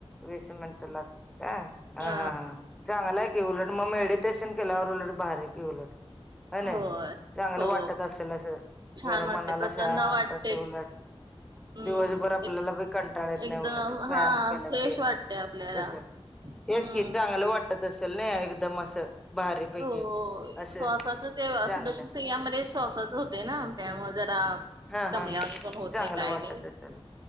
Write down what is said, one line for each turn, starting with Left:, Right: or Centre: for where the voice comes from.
Centre: वीस मिनिट लागतात काय
Right: अ
Centre: हा हा हा. चांगला आहे की उलट, म मेडिटेशन केल्यावर उलट भारी की उलट. व्हय नी
Right: होय
Centre: चांगलं
Right: हो
Centre: वाटत असल असं
Right: छान
Centre: जरा
Right: वाटते
Centre: मनाला
Right: प्रसन्न
Centre: शांत
Right: वाटते.
Centre: अस उलड
Right: हम्म
Centre: दिवसभर आपल्याला बी कंटाळा येत नाही
Right: एकदम
Centre: उलट व्यायाम
Right: हा
Centre: केला की
Right: फ्रेश वाटतंय आपल्याला
Centre: तस तेच
Right: हम.
Centre: की चांगलं वाटत असेल नाही एकदम असं? भारीपैकी
Right: हो
Centre: असं
Right: श्वासाच ते आस
Centre: चांगलं
Right: दश क्रिया मध्ये श्वासच होते ना त्यामुळे जरा
Centre: हा
Right: दमल्या
Centre: हा
Right: वाणी होत
Centre: चांगलं
Right: नाही काय
Centre: वाटत
Right: नाही
Centre: असेल